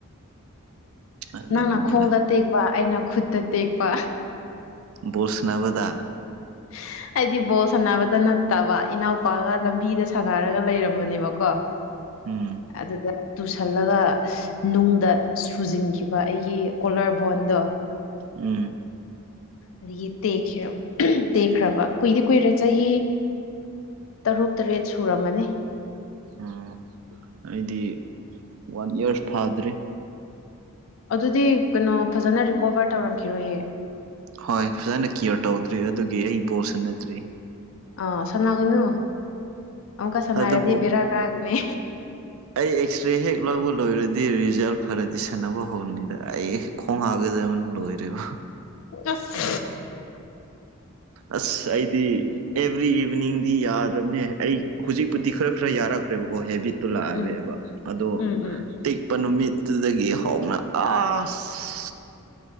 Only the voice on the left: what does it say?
ꯅꯪꯅ ꯈꯣꯡꯗ ꯇꯦꯛꯄ ꯑꯩꯅ ꯈꯨꯠꯇ ꯇꯦꯛꯄ
ꯎ ꯍꯥꯏꯗꯤ ꯕꯣꯜ ꯁꯥꯟꯅꯕꯗ ꯅꯠꯇꯕ ꯏꯅꯥꯎꯄꯥꯒ ꯂꯝꯕꯤꯗ ꯁꯥꯟꯅꯔꯒ ꯂꯩꯔꯝꯕꯅꯦꯕꯀꯣ
ꯑꯗꯨꯗ ꯇꯨꯁꯜꯂꯒ ꯅꯨꯡꯗ ꯁꯨꯖꯤꯟꯈꯤꯕ ꯑꯩꯒꯤ ꯀꯣꯂ ꯕꯣꯟꯗꯣ
ꯑꯗꯒꯤ ꯇꯦꯛꯔ ꯇꯦꯛꯈ꯭ꯔꯕ ꯀꯨꯏꯗꯤ ꯀꯨꯏꯔꯦ ꯆꯍꯤ ꯇꯔꯨꯛ ꯇꯔꯦꯠ ꯁꯨꯔꯝꯃꯅꯤ
ꯑꯗꯨꯗꯤ ꯀꯩꯅꯣ ꯐꯖꯅ ꯔꯤꯀꯣꯕꯔ ꯇꯧꯔꯝꯈꯤꯔꯣꯏꯌꯦ
ꯑꯥ ꯁꯥꯟꯅꯈꯣꯏꯅꯨ ꯑꯃꯨꯛꯀ ꯁꯥꯟꯅꯔꯗꯤ
ꯕꯦꯔꯥ ꯀꯥꯒꯣꯏꯅꯦ
ꯑꯁ
ꯎꯝ
ꯎꯝ ꯎꯝ